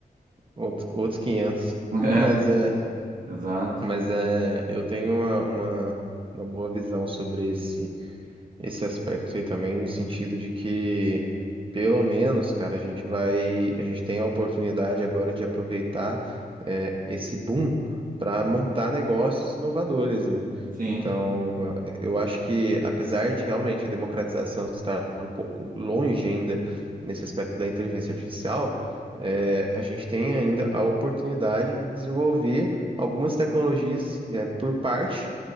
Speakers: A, on the right (about 35°); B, on the right (about 65°).
A: Outros, outros 500.
B: <laughs>
A: Mas é.
B: É, exato.
A: Mas é, eu tenho uma, uma, uma boa visão sobre esse esse aspecto aí também, no sentido de que, pelo menos, cara, a gente vai, a gente tem a oportunidade agora de aproveitar eh, esse boom para montar negócios inovadores, né?
B: Sim.
A: Então, eh, eu acho que, apesar de realmente a democratização estar um pouco longe ainda nesse aspecto da inteligência artificial, eh, a gente tem ainda a oportunidade de desenvolver algumas tecnologias eh, por parte